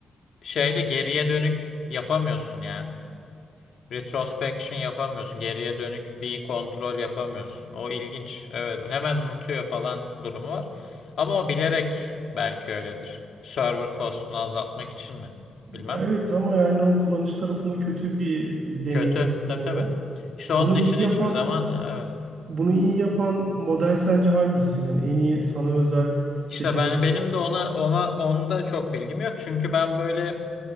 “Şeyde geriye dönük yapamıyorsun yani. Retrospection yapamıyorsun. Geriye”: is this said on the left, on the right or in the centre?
Left